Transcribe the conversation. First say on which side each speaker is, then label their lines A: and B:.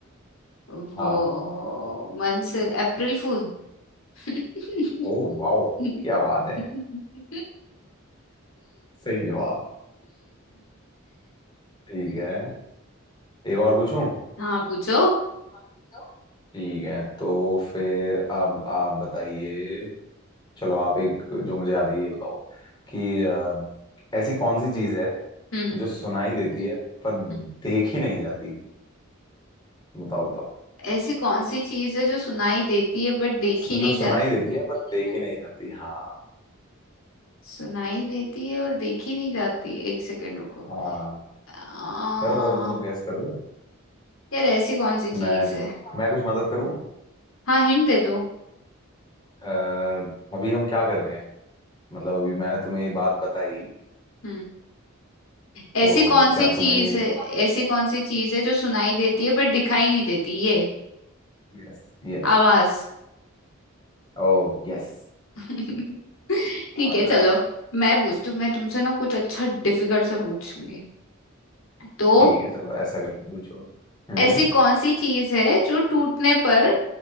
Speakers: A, on the left (about 70°); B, on the left (about 20°).
A: वो
B: हाँ
A: मंसूर अप्रैल फूल <laughs>
B: ओ वाओ क्या बात है
A: <laughs>
B: सही जवाब ठीक है एक और पूछूं
A: हाँ पूछो
B: हाँ, पूछो। ठीक है तो फिर अब आप बताइए चलो आप एक जो मुझे याद है ये बताओ कि अ, ऐसी कौन सी चीज है
A: हम्म
B: जो सुनाई देती है पर
A: हम्म।
B: देखी नहीं जाती बताओ बताओ
A: ऐसी कौन सी चीज है जो सुनाई देती है बट देखी
B: सु-
A: नहीं
B: जो
A: जाती
B: सुनाई देती है पर देखी नहीं नहीं जाती हाँ
A: सुनाई देती है और देखी नहीं जाती एक सेकंड रुको
B: हाँ
A: आ,
B: करो करो करो गैस करो
A: यार ऐसी कौन सी
B: मैं
A: चीज है
B: मैं सी कुछ मदद करूं
A: हाँ हिंट दे दो
B: अ, अभी हम क्या कर रहे हैं मतलब अभी मैंने तुम्हें ये बात बताई
A: हम्म ऐसी
B: तो
A: कौन
B: क्या
A: सी चीज
B: तुम्हें ये
A: है
B: सी
A: ऐसी कौन सी चीज है जो सुनाई देती है बट दिखाई नहीं देती ये
B: Yes yes
A: आवाज
B: Oh yes
A: <laughs> ठीक
B: Now
A: है
B: you
A: चलो
B: are right
A: मैं पूछती हूँ मैं तुमसे ना कुछ अच्छा डिफिकल्ट सा पूछूंगी तो
B: ठीक है चलो ऐसा कर लो पूछो हम्म
A: ऐसी कौन सी चीज है जो टूटने पर